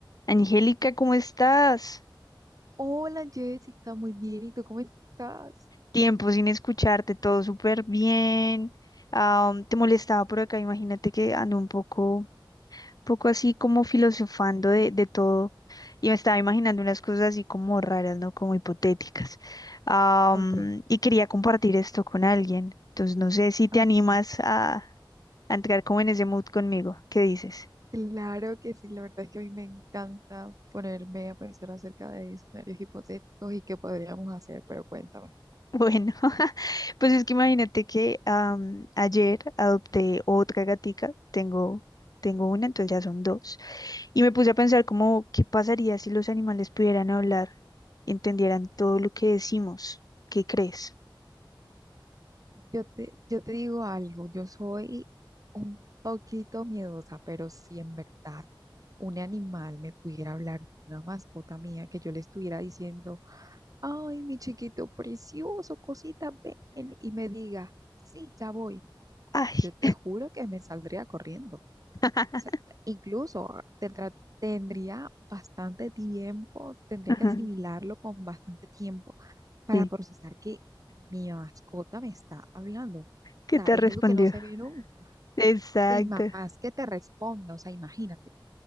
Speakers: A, on the left (about 50°); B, on the right (about 45°).
A: Angélica, ¿cómo estás?
B: Hola Jessica, muy bien. ¿Y tú cómo estás?
A: Tiempo sin escucharte, todo súper bien. Ah, um, te molestaba por acá, imagínate que ando un poco, poco así como filosofando de, de todo y me estaba imaginando unas cosas así como raras, ¿no? Como hipotéticas. Ah,
B: Ok,
A: um, y quería compartir esto con alguien. Entonces, no sé si te
B: ok.
A: animas a, a entrar como en ese mood conmigo. ¿Qué dices?
B: Claro que sí, la verdad es que a mí me encanta ponerme a pensar acerca de escenarios hipotéticos y qué podríamos hacer, pero cuéntame.
A: Bueno, <laughs> pues es que imagínate que am, ayer adopté otra gatica, tengo, tengo una, entonces ya son dos, y me puse a pensar como, ¿qué pasaría si los animales pudieran hablar y entendieran todo lo que decimos? ¿Qué crees?
B: Yo te, yo te digo algo, yo soy un poquito miedosa, pero si en verdad un animal me pudiera hablar, una mascota mía, que yo le estuviera diciendo, ay, mi chiquito precioso, cosita, ven, y me diga, sí, ya voy.
A: Ay,
B: yo te juro que me saldría corriendo. O
A: <laughs>
B: sea, incluso tendrá- tendría bastante tiempo, tendría
A: ajá,
B: que asimilarlo con bastante tiempo para
A: sí,
B: procesar que mi mascota me está hablando. O
A: ¿qué
B: sea,
A: te
B: es
A: respondió?
B: algo que no se ve nunca.
A: Exacto,
B: O y más que te responda, o sea, imagínate.